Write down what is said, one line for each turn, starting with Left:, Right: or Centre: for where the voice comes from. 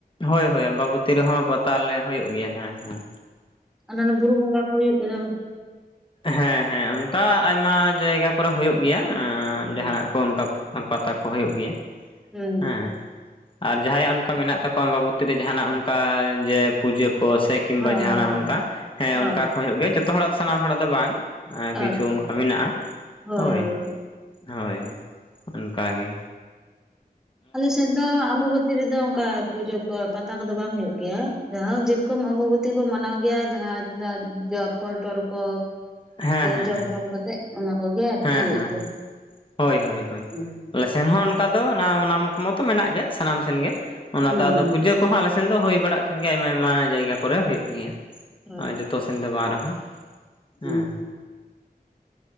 Left: ᱦᱚᱭ ᱦᱚᱭ ᱟᱢᱵᱟᱵᱚᱛᱤ ᱨᱮᱦᱚᱸ ᱯᱟᱛᱟ ᱞᱮ ᱦᱩᱭᱩᱜ ᱜᱮᱭᱟ ᱦᱮᱸ ᱦᱮᱸ
Centre: ᱚᱱᱟᱫᱚ ᱵᱩᱨᱩ ᱵᱚᱸᱜᱟ ᱠᱚ ᱦᱩᱭᱩᱜ ᱜᱮ ᱫᱚ-
Left: ᱦᱮᱸ ᱦᱮᱸ ᱚᱱᱠᱟ ᱟᱭᱢᱟ ᱡᱟᱭᱜᱟ ᱠᱚᱨᱮ ᱦᱩᱭᱩᱜ ᱜᱮᱭᱟ ᱟᱸᱻ
Centre: ᱦᱳᱭ
Left: ᱡᱟᱦᱟᱸᱱᱟᱜ ᱠᱚ ᱚᱱᱠᱟ ᱯᱟᱛᱟ ᱠᱚ ᱦᱩᱭᱩᱜ ᱜᱮᱭᱟ
Centre: ᱦᱩᱸ
Left: ᱦᱮᱸ, ᱟᱨ ᱡᱟᱦᱟᱸᱭᱟᱜ ᱚᱱᱠᱟ ᱢᱮᱱᱟᱜ ᱛᱟᱠᱚᱣᱟ ᱟᱢᱵᱟᱵᱩᱛᱤ ᱨᱮ ᱡᱟᱦᱟᱱᱟᱜ ᱚᱱᱠᱟ ᱡᱮ ᱯᱩᱡᱟᱹ ᱠᱚ ᱥᱮ ᱠᱤᱢᱵᱟ
Centre: ᱦᱳᱭ
Left: ᱡᱟᱦᱟᱱᱟᱜ
Centre: ᱦᱳᱭ
Left: ᱚᱱᱠᱟ ᱦᱮᱸ
Centre: ᱦᱳᱭ
Left: ᱚᱱᱠᱟ ᱠᱚ ᱦᱩᱭᱩᱜ ᱜᱮᱭᱟ ᱡᱚᱛᱚ ᱦᱚᱲᱟᱜ ᱥᱟᱱᱟᱢ ᱦᱚᱲ ᱟᱜ ᱫᱚ ᱵᱟᱝ ᱟᱸ ᱠᱤᱪᱷᱩ
Centre: ᱟᱪᱪᱷᱟ
Left: ᱚᱱᱠᱟ ᱢᱮᱱᱟᱜᱼᱟ
Centre: ᱦᱳᱭ
Left: ᱦᱚᱭ
Centre: ᱦᱳᱭ᱾
Left: ᱦᱚᱭ ᱚᱱᱠᱟ ᱜᱮ,
Centre: ᱟᱞᱮ ᱥᱮᱫ ᱫᱚ ᱟᱢᱵᱟᱵᱚᱛ ᱨᱮᱫᱚ ᱚᱱᱠᱟ ᱯᱩᱡᱟᱹ ᱠᱚ ᱯᱟᱛᱟ ᱠᱚᱫᱚ ᱵᱟᱝ ᱦᱩᱭᱩᱜ ᱜᱮᱭᱟ ᱢᱟᱦᱟᱸ ᱡᱮᱨᱚᱠᱚᱢ ᱚᱢᱵᱟᱵᱚᱛᱤ ᱵᱚ ᱢᱟᱱᱟᱣ ᱜᱮᱭᱟ ᱡᱟᱦᱟᱸ ᱚᱱᱟ ᱡᱟ ᱯᱷᱚᱞ-ᱴᱚᱞ ᱠᱚ
Left: ᱦᱮᱸ ᱦᱮᱸ
Centre: ᱡᱚᱢ-ᱴᱚᱢ
Left: ᱦᱮᱸ
Centre: ᱠᱟᱛᱮᱜ, ᱚᱱᱟ ᱠᱚᱜᱮ ᱟᱨᱠᱤ
Left: ᱦᱮᱸ
Centre: ᱦᱩᱭᱩᱜ
Left: ᱦᱮᱸ
Centre: ᱜᱮᱭᱟ
Left: ᱦᱳᱭ ᱦᱳᱭ ᱦᱳᱭ
Centre: ᱦᱚᱭ,
Left: ᱟᱞᱮ ᱥᱮᱱ ᱦᱚᱸ ᱚᱱᱠᱟ ᱫᱚ ᱚᱱᱟ ᱚᱱᱟ ᱢᱚᱛᱚ ᱢᱮᱱᱟᱜ ᱜᱮᱭᱟ ᱥᱟᱱᱟᱢ ᱥᱮᱱ ᱜᱮ ᱚᱱᱟ
Centre: ᱦᱩᱸ
Left: ᱫᱚ ᱟᱫᱚ ᱯᱩᱡᱟᱹ ᱠᱚᱦᱚᱸ ᱟᱞᱮᱥᱮᱱ ᱫᱚ ᱦᱩᱭ ᱵᱟᱲᱟᱜ ᱴᱷᱮᱱ ᱜᱮ ᱟᱭᱢᱟ ᱟᱭᱢᱟ ᱡᱟᱭᱜᱟ ᱠᱚᱨᱮ ᱦᱩᱭᱩᱜ ᱜᱮᱭᱟ
Centre: ᱦᱳᱭ
Left: ᱡᱚᱛᱚ ᱥᱮᱱ ᱫᱚ ᱵᱟᱝ ᱨᱮᱦᱚᱸ, ᱦᱮᱸ
Centre: ᱦᱩᱸ